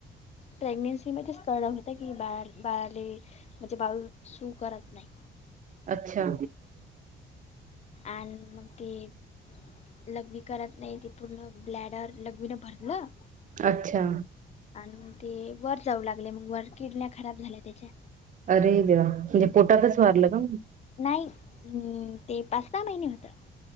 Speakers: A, on the left; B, on the right.
A: प्रेग्नेन्सी मध्येच कळलं होतं. त की बा बाळाले, म्हणजे बाळ सु करत नाही.
B: अच्छा
A: आणि मग ते, लघवी करत नाही ती पूर्ण ब्लॅडर लघवीनं भरलं
B: अच्छा
A: आणि म ते वर जाऊ लागले, मग वर किडण्या खराब झाल्या त्याच्या.
B: अरे देवा! म्हणजे पोटातच वारलं का मग?
A: नाही, म ते पाच सहा महिने होतं.